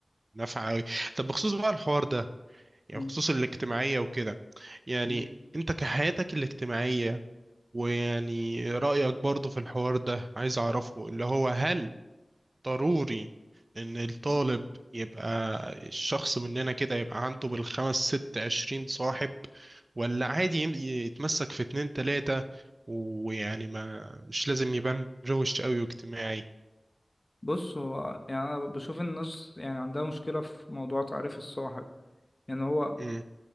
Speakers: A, on the right; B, on the left.
A: ونافعة أوي طب بخصوص بقى الحوار ده يعني
B: مم.
A: بخصوص الاجتماعية وكده يعني
B: مم.
A: انت كحياتك الاجتماعية ويعني رأيك برضو في الحوار ده عايز أعرفه اللي هو هل ضروري إن الطالب
B: مم.
A: يبقى الشخص مننا كده يبقى عنده بالخمس ست عشرين صاحب ولا عادي يم- يتمسك في اتنين تلاتة ويعني ما مش لازم يبان روش قوي واجتماعي
B: بص هو يعني انا بشوف الناس يعني عندها مشكلة في موضوع تعريف الصاحب يعني هو
A: امم